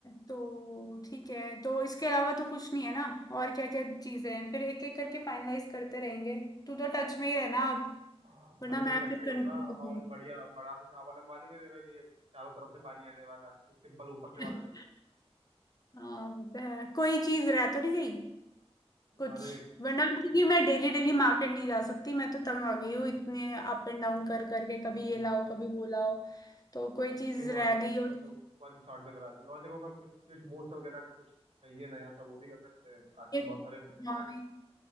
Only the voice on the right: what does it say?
हाँ मैं
तो
तेरे टक
में
होऊंगा
और बढ़िया बड़ा से शावर लगवा देंगे तेरे लिए चारों तरफ से पानी आने वाला सिंपल ऊपर से
वाला चाहिए
अरे
कुछ
हम्म,
हम्म,
नहीं
नहीं वो
है तो
अपन
तो वन शॉट में करा देंगे और देखो अगर कुछ स्विच बोर्ड्स वगैरह में कुछ चाहिए नया सब वो भी कर सकते हैं आजकल
बहुत सारे नए नए
आ गए